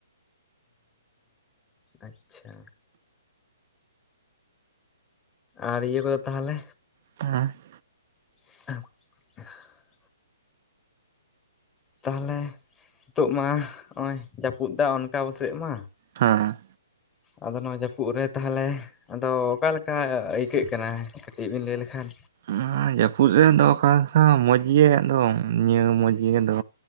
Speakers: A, on the left; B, on the right.
A: ᱟᱪᱪᱷᱟ ᱟᱨ ᱤᱭᱟᱹ ᱠᱚᱫᱚ ᱛᱟᱦᱞᱮ
B: <unintelligible>
A: <inaudible> ᱛᱟᱦᱚᱞᱮ ᱱᱤᱛᱚᱜ ᱢᱟ ᱱᱚᱜᱼᱚᱭ ᱡᱟᱹᱯᱩᱫᱟ ᱚᱱᱠᱟ ᱟᱵᱚᱥᱮᱜ ᱢᱟ
B: ᱦᱟᱸ ᱦᱟᱸ
A: ᱟᱫᱚ ᱱᱚᱣᱟ ᱡᱟᱹᱯᱩᱫ ᱨᱮ ᱛᱟᱦᱞᱮ ᱟᱫᱚ ᱚᱠᱟᱞᱮᱠᱟ ᱟᱹᱭᱠᱟᱹᱜ ᱠᱟᱱᱟ ᱠᱟᱹᱴᱤᱡ ᱵᱤᱱ ᱞᱟᱹᱭ ᱞᱮᱠᱷᱟᱱ
B: ᱱᱚᱣᱟ ᱡᱟᱹᱯᱩᱫ ᱨᱮ ᱫᱚᱨᱠᱟᱨ ᱢᱚᱡᱽ ᱜᱮ ᱟᱫᱚ ᱱᱤᱭᱟᱹ ᱢᱚᱡᱽᱜᱤ ᱟᱫᱚ